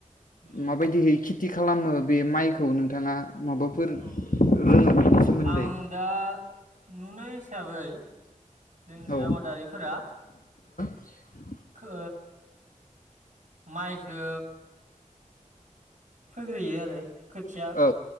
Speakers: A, on the right; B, on the left.
A: उम
B: माबायदिहै खि खेथि खालामो बे माइखौ नोंथाङा माबाफोर
A: उम
B: रोङो बेनि सोमोन्दै
A: आं दा नुनाय हिसाबै जोंनि
B: औ
A: आबादारिफोरा
B: <inaudible>
A: खो माइखो फोग्रोयो आरो खोथिया
B: औ